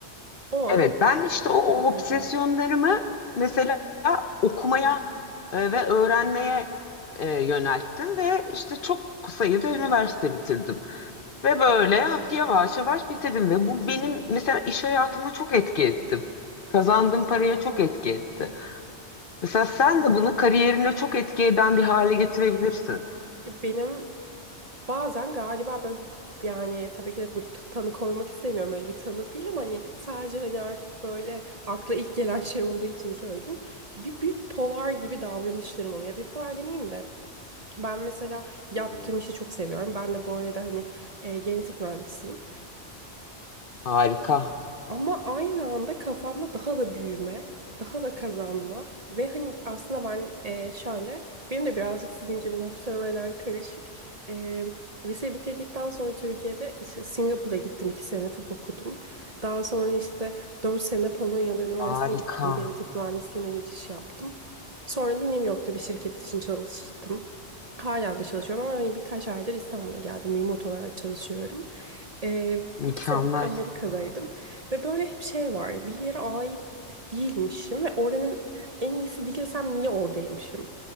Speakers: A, on the right; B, on the left.
A: O
B: Evet.
A: an onu
B: Ben işte o, o
A: ter- tercih
B: obsesyonlarımı
A: ediyorsun.
B: mesela okumaya e, ve öğrenmeye e, yönelttim ve işte çok sayıda üniversite bitirdim. Ve böyle hafif yavaş yavaş bitirdim ve bu benim mesela iş hayatıma çok etki etti. Kazandığım paraya çok etki etti. Mesela sen de bunu kariyerine çok etki eden bir hale getirebilirsin.
A: Benim Bazen galiba böyle yani tabii ki de burada t- tanı koymak istemiyorum öyle bir tanı değil ama hani sadece hani artık böyle akla ilk gelen şey olduğu için söyleyeyim. Bir, bir polar gibi davranışlarım oluyor. Bir polar demeyeyim de ben mesela yaptığım
B: Hmm.
A: işi çok seviyorum. Ben de bu arada hani e, genetik mühendisiyim.
B: Harika,
A: Ama aynı anda kafamda daha da büyüme, daha da kazanma ve hani aslında ben e, şöyle, benim de birazcık sizin gibi muhtemelen karışık. E, liseyi bitirdikten sonra Türkiye'de işte Singapur'a gittim, iki sene tıp okudum. Daha sonra işte dört sene Polonya'da üniversiteyi
B: harika,
A: bitirdim, genetik mühendisliğine geçiş yaptım. Sonra da New York'ta bir şirket için çalıştım. Hala da çalışıyorum ama hani birkaç aydır İstanbul'a geldim. Remote olarak çalışıyorum. Ee,
B: mükemmel,
A: iki sene de Amerika'daydım. Ve böyle hep şey var. Bir yere ait değilmişim ve oranın en iyisi değilsem niye oradaymışım